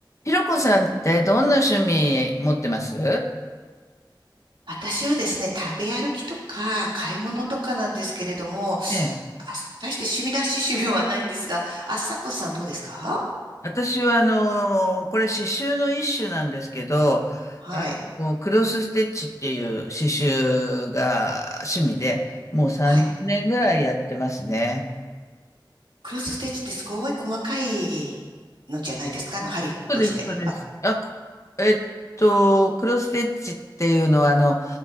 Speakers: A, on the left; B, on the right.
A: ひろこさんってどんな趣味持ってます
B: 私はですね、食べ歩きとか買い物とかなんですけれども、
A: ええ、
B: あ大して趣味らしい趣味はないんですが、あさこさんどうですか
A: 私はあのーこれ刺繍の一種なんですけど、
B: はい。
A: あのクロスステッチっていう刺繍が趣味で、もう30年ぐらいやってますね。
B: はい。クロスステッチってすごい細かいのじゃないですかあの、針として。
A: そうです、そうです。
B: あ
A: あ、こえっと、クロスステッチっていうのはあの、